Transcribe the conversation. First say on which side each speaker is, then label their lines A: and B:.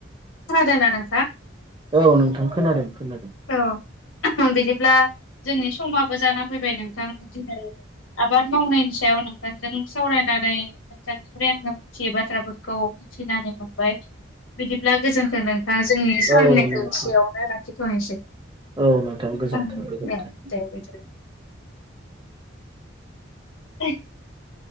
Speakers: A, on the left (about 80°); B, on the right (about 25°).
A: खोनादोंना नोंथां
B: औ नोंथां खोनादों खोनादों
A: औ बिदिब्ला जोंनि समाबो जाना फैबाय नोंथां दिनै आबाद मावनायनि सायाव नोंथांजों सावरायनानै नोंथांनिफ्राय आङो मिथियै बाथ्राफोरखौ मिथिनानै मोनबाय बिदिब्ला गोजोनथों नोंथां जोंनि सावलिनायखौ
B: औ नोंथां
A: एसेयावनो लाखिथ'नोसै ओं
B: औ नोंथां गोजोनथों गोजोनथों
A: ओं दे बिदि <unintelligible>